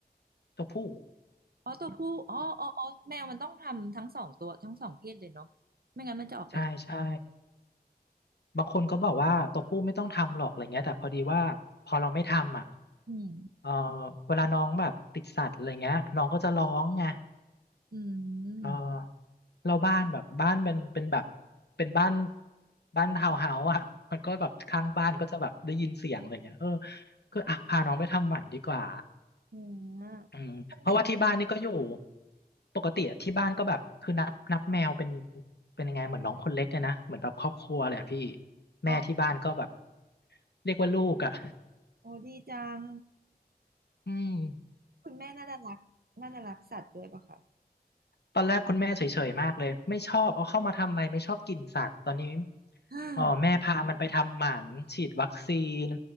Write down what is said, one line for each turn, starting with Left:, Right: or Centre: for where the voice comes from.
Left: ตัวผู้
Right: อ๋อตัวผู้อ๋ออ๋ออ๋อแมวมันต้องทำทั้งสองตัวทั้งสองเพศเลยเนาะไม่งั้นมันจะออกไป
Left: ใช่ใช่บางคนก็บอกว่าตัวผู้ไม่ต้องทำหรอกอะไรเงี้ยแต่พอดีว่าพอเราไม่ทำอ่ะ
Right: อืม
Left: เออเวลาน้องแบบติดสัตว์อะไรเงี้ยน้องก็จะร้องไง
Right: อืม
Left: เออเราบ้านแบบบ้านเป็นเป็นแบบเป็นบ้านบ้านทาวน์เฮาส์อ่ะมันก็แบบข้างบ้านก็จะแบบได้ยินเสียงอะไรเงี้ยเออก็อ่ะพาน้องไปทำหมันดีกว่า
Right: อืมนั
Left: อืมเพราะว่าที่บ้านนี่ก็อยู่
Right: ่นดิ
Left: ปกติอะที่บ้านก็แบบคือนับนับแมวเป็นเป็นยังไงเหมือนน้องคนเล็กเลยนะเหมือนแบบครอบครัวแหลยอะพี่แม่ที่บ้านก็แบบ
Right: อ๋อ
Left: เรียกว่าลูกอ่ะ
Right: โอ้ดีจัง
Left: อืม
Right: คุณแม่น่าจะรักน่าจะรักสัตว์ด้วยป่ะคะ
Left: ตอนแรกคุณแม่เฉยๆมากเลยไม่ชอบเอาเข้ามาทำไมไม่ชอบกินสัตว์ตอนนี้
Right: อ่า
Left: อ๋อแม่พามันไปทำหมันฉีดวัคซีน